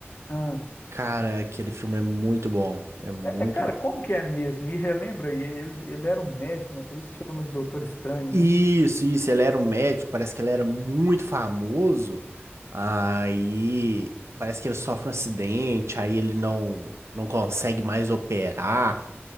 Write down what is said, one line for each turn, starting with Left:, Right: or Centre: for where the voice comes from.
Left: Ah.
Right: Cara, aquele filme é muito bom. É muito
Left: É, é, cara,
Right: bom.
Left: como que é mesmo? Me relembra aí, ele, ele era um médico, né? Por isso que chama de Doutor Estranho,
Right: Isso,
Left: né?
Right: isso, ele era um médico, parece que ele era muito famoso. Aí parece que ele sofre um acidente, aí ele não não consegue mais operar.